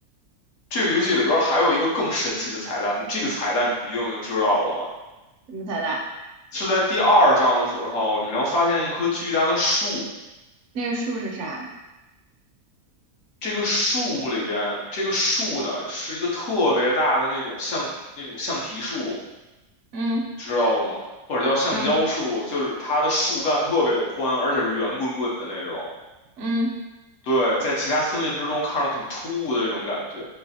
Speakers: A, on the left; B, on the right.
A: 这个游戏里边还有一个更神奇的彩蛋，这个彩蛋你一定就知道了，
B: 这么太大。
A: 是在第二章的时候，你能发现一棵巨大的树，
B: 那个数是啥？
A: 这个树里边，这个树呢是一个特别大的那种橡那种橡皮树，
B: 嗯
A: 知道吗？或者叫橡胶树，
B: 嗯
A: 就是它的树干特别的宽，而且是圆滚滚的那种。
B: 嗯，
A: 对，在其他森林之中看着很突兀的这种感觉。